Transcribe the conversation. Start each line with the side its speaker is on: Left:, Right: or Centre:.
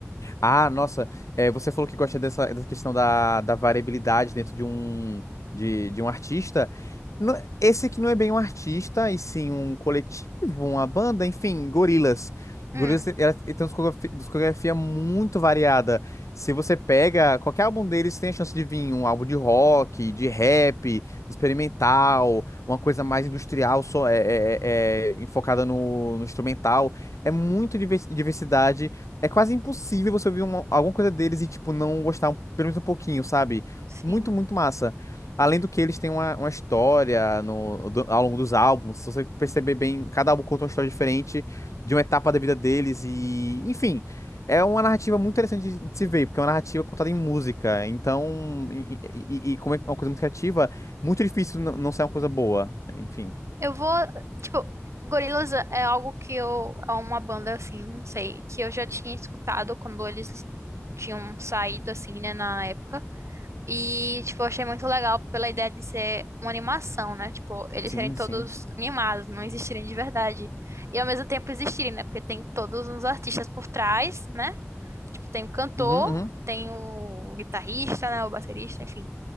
Left: Ah, nossa, é, você falou que gosta dessa, dessa questão da, da variabilidade dentro de um, de, de um artista. Não- Esse aqui não é bem um artista, e sim um coletivo, uma banda, enfim, Gorillaz.
Right: Hum,
Left: Gorillaz é- é- tem uma discografi- discografia muito variada. Se você pega qualquer álbum deles, tem a chance de vir um álbum de rock, de rap, experimental, uma coisa mais industrial, só é, é- é- é, enfocada no, no instrumental. É muito diversidade é quase impossível você ouvir uma- alguma coisa deles e, tipo, não gostar um- pelo menos um pouquinho, sabe?
Right: sim.
Left: Muito, muito massa. Além do que eles têm uma, uma história no, do- ao longo dos álbuns. Se você perceber bem, cada álbum conta uma história diferente de uma etapa da vida deles e, enfim, é uma narrativa muito interessante de, de se ver, porque é uma narrativa contada em música. Então, e, e- e- como é uma coisa muito criativa, muito difícil n- não sair uma coisa boa. Enfim,
Right: Eu vou, tipo, Gorillaz é algo que eu, é uma banda assim, não sei, que eu já tinha escutado quando eles tinham saído assim, né, na época. E, tipo, eu achei muito legal pela ideia de ser uma animação, né? Tipo, eles
Left: sim,
Right: serem todos
Left: sim.
Right: animados, não existirem de verdade. E ao mesmo tempo existirem, né? Porque tem todos os artistas por trás, né? Tipo, tem o cantor,
Left: Uhum, uhum.
Right: tem o guitarrista, né? O baterista, enfim.